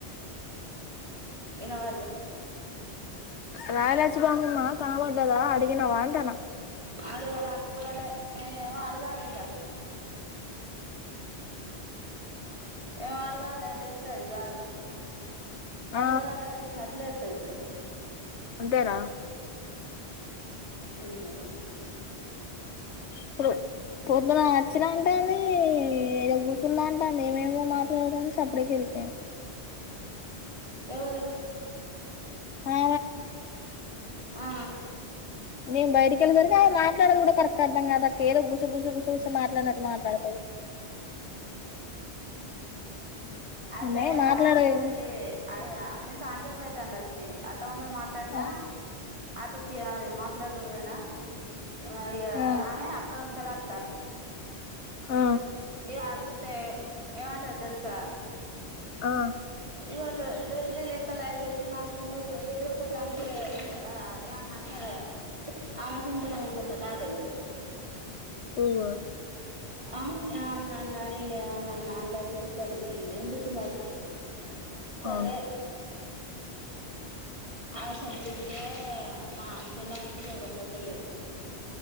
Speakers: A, on the right (about 25°); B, on the left (about 85°).
A: ఇనవల్లె
B: రాయల సుబ్బమ్మ కనబడ్డదా అడిగిన వా అంటాన
A: అడగాలే అడగాలే ఏ ఏమో అడగాలిగ ఏ మడుగాల్ లే లేతది కాదు
B: ఆ
A: ఐదుగాదలే లేసినట్లే ద్ అది
B: అంతేనా
A: ఉమ్
B: ఇప్పుడు పొద్దున నచ్చినా అంటేనే ఇడకూసున్న క అంటాంది ఏమేమో మాట్లాడుతన్ది సప్డుగా వెళ్ పోయిన
A: ఎవరు
B: ఆ
A: ఆ
B: నేను బయటకి వెళ్ళేసరికి ఆయన మాట్లాడదు కూడా కరెక్ట్ అర్థం కాదా ఏదో గుసగుస గుసగుస మాట్లాడినట్టు మాట్లాడుతది
A: అయితే
B: ఆమె మాట్లాడదు
A: అ నుంచి ఎల్లి ఆ యా నే సంచేపయితంది వొచ్చి అ త్తమ్మ తో మాట్లాడినా
B: ఆ
A: అటుకి ఆమె మాత్రగ్ రేనా ఆయా
B: ఆ
A: ఆమె అక్కడ నుంచిలాత్ తంది
B: ఆ
A: ఇక అడుగుతే ఏమంటారు తెలుసా
B: ఆ
A: ఇవాళ వెల్లి లెక్కలు అయ్తది ఇగ నాకు ఉండబ ఏదో ఒకటి అంటె ఉంటారా ఏమన్న అంటారా అనుకుంటున్నా అనుకుంటున్నారీ
B: ఓ మా
A: ఆమే నన్నని ఏమన్నా అన్నా <unintelligible> ఎందుకు మరి సరే
B: అవును
A: ఆమె సొమ్ము తింటే మా చిన్నానికి ఒక పూట లేదు